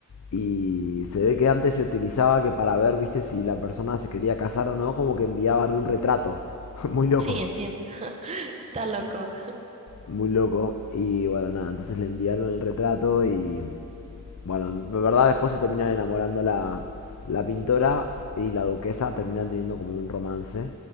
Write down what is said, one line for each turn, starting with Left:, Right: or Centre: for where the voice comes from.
Left: y se ve que antes se utilizaba que para ver, viste, si la persona se quería casar o no, como que enviaban un retrato. <laughs> Muy loco.
Right: sí, entiendo. <laughs> Está loco.
Left: Muy loco. Y bueno, nada, entonces le enviaron el retrato y Bueno, en verdad después se terminan enamorando la, la pintora y la duquesa, terminan teniendo como un romance.